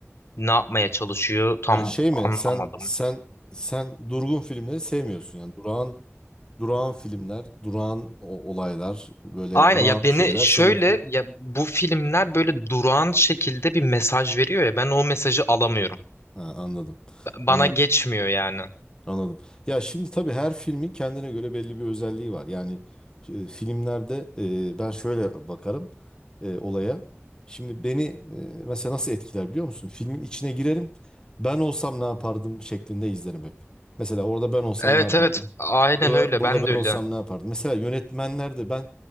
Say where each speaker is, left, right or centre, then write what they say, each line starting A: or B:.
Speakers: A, on the left (about 70°); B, on the left (about 20°).
A: ne yapmaya çalışıyor tam
B: Yani şey
A: anlamadım.
B: mi sen sen sen durgun filmleri sevmiyorsun yani durağan durağan filmler, durağan o- olaylar, böyle
A: Aynen
B: durağan
A: ya beni
B: şeyler
A: şöyle
B: seni etkilemiyor.
A: ya bu filmler böyle durağan şekilde bir mesaj veriyor ya ben o mesajı alamıyorum.
B: Ha, anladım.
A: Bana
B: Anladım.
A: geçmiyor yani.
B: Anladım. Ya şimdi tabii her filmin kendine göre belli bir özelliği var. Yani e, filmlerde e, ben şöyle bakarım e, olaya. Şimdi beni e, mesela nasıl etkiler biliyor musun? Filmin içine girerim. Ben olsam ne yapardım şeklinde izlerim hep. Mesela orada ben olsam
A: Evet
B: ne yapardım?
A: evet aynen
B: Burada
A: öyle
B: burada
A: ben de
B: ben
A: öyle.
B: olsam ne yapardım? Mesela yönetmenler de ben